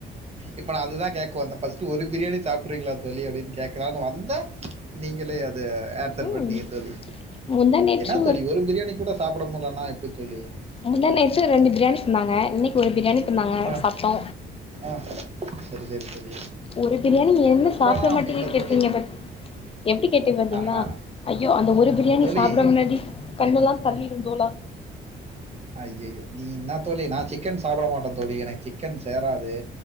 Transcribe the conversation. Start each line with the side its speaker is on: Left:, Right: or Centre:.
Right: இப்ப நா அதுதா கேட்க வந்தே ஃபஸ்டு ஒரு பிரியாணி சாப்பிடுருவீங்களா தோழி அப்டின்னு கேட்கலானு வந்தே நீங்களே அத ஆன்சர்
Left: ம்
Right: பண்ணீங்க தோழி
Left: முந்தா நேற்று
Right: என்ன தோழி ஒரு பிரியாணி கூட சாப்பிட முடிலன்னா எப்டி தோழி
Left: முந்தா நேற்று ரெண்டு பிரியாணி தந்தாங்க இன்னைக்கு ஒரு பிரியாணி தந்தாங்க
Right: ஆ
Left: சாப்ட்டோ
Right: ஆ சரிசரி தோழி
Left: ஒரு பிரியாணி என்ன
Right: ரொம்பலாம்
Left: சாப்பிட
Right: அப்படி
Left: மாட்டீங்கன்னு
Right: இல்லை
Left: கேட்டீங்க
Right: தோழி
Left: பட் எப்டி கேட்டிங்க அப்டின்னா
Right: ஆஹா
Left: ஐயோ அந்த ஒரு பிரியாணி
Right: தோழி
Left: சாப்பிட முன்னாடி கண்ணுல்லா தள்ளிரு தோழா
Right: அய்யய்யோ நீ என்ன தோழி நா சிக்கன் சாப்பிடமாட்டே தோழி எனக்கு சிக்கன் சேராது